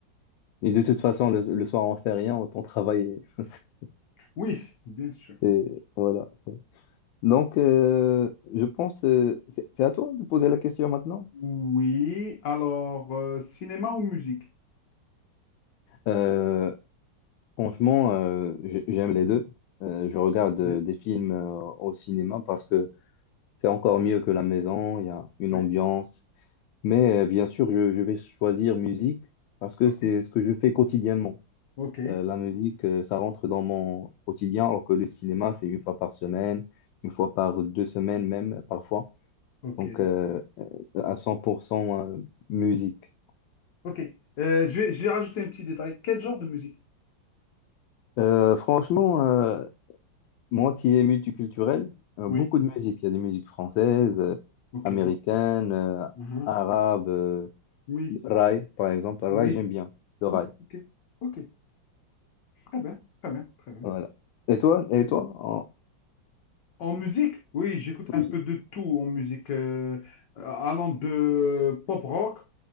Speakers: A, on the left; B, on the left.
A: Et de toute façon, le, le soir, on fait rien, autant travailler. <laughs>
B: Oui, bien sûr.
A: Et voilà. Donc, euh, je pense, euh, c'est c'est à toi de poser la question maintenant.
B: Oui, alors, euh, cinéma ou musique?
A: Euh, franchement, euh, j'ai- j'aime les deux. Euh, je regarde
B: Oui,
A: euh, des films euh, au cinéma parce que c'est encore mieux que la maison. Il y a une
B: ouais,
A: ambiance. Mais
B: ouais.
A: euh, bien sûr, je, je vais choisir musique parce que
B: Ok,
A: c'est ce que je fais quotidiennement.
B: ok,
A: Euh, la musique, euh, ça rentre dans mon quotidien, alors que le cinéma, c'est une fois par semaine, une fois par deux semaines même, parfois.
B: ok.
A: Donc, euh, euh, à 100% euh, musique.
B: Ok. Euh, je vais, je vais rajouter un petit détail. Quel genre de musique?
A: Euh, franchement, euh, moi qui est multiculturel, euh,
B: Oui.
A: beaucoup de musique. Il y a des musiques françaises, euh,
B: Ok.
A: américaines, euh,
B: Mhm.
A: arabes, euh,
B: Oui.
A: raï, par exemple. Raï,
B: Oui.
A: j'aime bien, le
B: Oui.
A: raï.
B: Ok. Ok. Très bien. Très bien. Très bien.
A: Voilà. Et toi? Et toi? En-
B: En musique? Oui, j'écoute un
A: Oui.
B: peu de tout en musique. euh, euh, allant de pop rock,